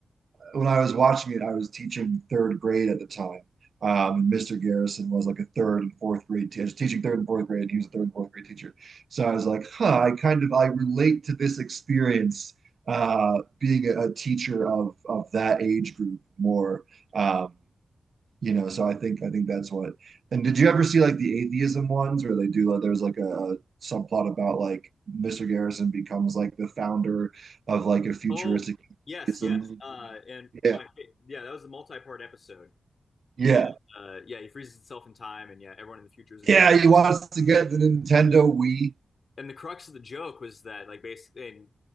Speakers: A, on the right; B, on the left.
A: when I was watching it, I was teaching third grade at the time. Um, Mr. Garrison was like a third and fourth grade teacher, teaching third and fourth grade, and he was a third and fourth grade teacher. So I was like, huh, I kind of I relate to this experience uh, being a, a teacher of of that age group more. Um, you know, so I think I think that's what. And did you ever see like the atheism ones where they do like there's like a, a subplot about like Mr. Garrison becomes like the founder of like a futuristic
B: Oh yes,
A: atheism
B: yes.
A: movement?
B: Uh, and my
A: Yeah.
B: yeah, that was the multi-part episode.
A: Yeah.
B: And uh, yeah, he freezes himself in time, and yeah, everyone in the future is an
A: Yeah,
B: atheist.
A: he wants to get the Nintendo Wii
B: and the crux of the joke was that like basically and